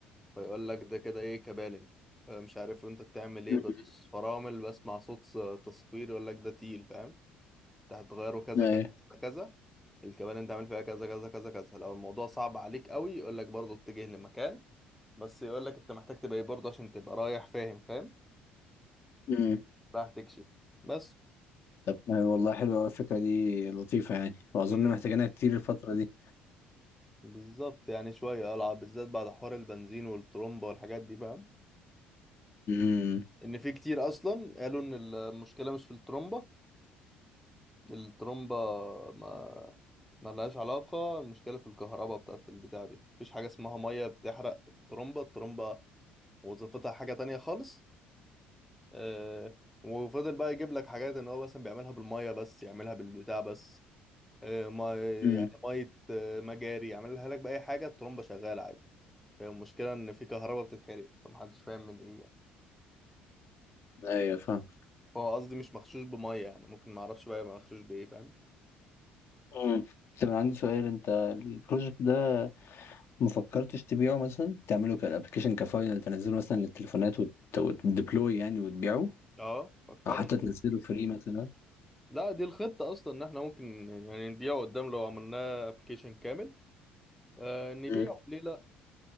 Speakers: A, in the centre; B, on the left.
A: فيقول لك ده كده إيه كبالن آه، مش عارف أنت بتعمل إيه
B: مم.
A: بدوس فرامل بسمع صوت ص- تصفير يقول لك ده تيل فاهم أنت هتغيره كذا
B: ايوه
A: كذا كذا كذا الكبالن أنت عامل فيها كذا كذا كذا كذا لو الموضوع صعب عليك قوي يقول لك برضه اتجه لمكان بس يقول لك أنت محتاج تبقى إيه برضه عشان تبقى رايح فاهم فاهم
B: مم.
A: راح تكشف بس
B: طب آه، والله حلوه أوي الفكره دي لطيفه يعني واظن
A: امم
B: محتاجينها كتير الفتره دي
A: بالظبط يعني شوية ألعب بالذات بعد حوار البنزين والترومبا والحاجات دي فاهم
B: امم
A: إن في كتير أصلا قالوا إن المشكلة مش في الترومبا الترومبا ما ما لهاش علاقة المشكلة في الكهرباء بتاعت البتاع دي مفيش حاجة اسمها مية بتحرق الترومبا الترومبا وظيفتها حاجة تانية خالص آه وفضل بقى يجيب لك حاجات إن هو مثلا بيعملها بالمية بس يعملها بالبتاع بس آه ما
B: مم.
A: يعني مية آه، مجاري يعملها لك بأي حاجة الترومبا شغالة عادي هي المشكلة إن في كهرباء بتتحرق فمحدش فاهم من إيه يعني
B: ايوه فاهم
A: هو قصدي مش مغشوش بمية يعني ممكن معرفش بقى يبقى مغشوش بإيه فاهم
B: مم. طب انا عندي سؤال انت البروجكت ده ما فكرتش تبيعه مثلا تعمله كابلكيشن كفاينل تنزله مثلا للتليفونات وت... وتديبلوي يعني وتبيعه
A: اه فكرنا
B: او حتى تنزله فري مثلا
A: لا دي الخطة أصلا إن إحنا ممكن يعني نبيعه قدام لو عملناه أبلكيشن كامل آه نبيعه
B: مم.
A: ليه لأ